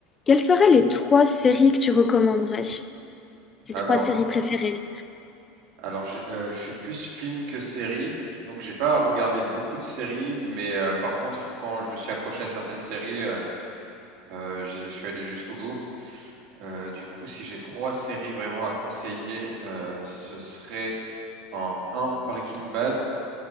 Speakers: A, on the left (about 15°); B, on the right (about 60°).
A: Quelles seraient les trois séries que tu recommanderais? Tes
B: Alors,
A: trois séries préférées?
B: alors j'ai- euh, je suis plus film que série, donc j'ai pas regardé beaucoup de séries, mais euh, par contre, quand je me suis accroché à certaines séries, euh, euh, j'ai- je suis allé jusqu'au bout. Euh, du coup, si j'ai trois séries vraiment à conseiller, euh, ce serait en un Breaking Bad,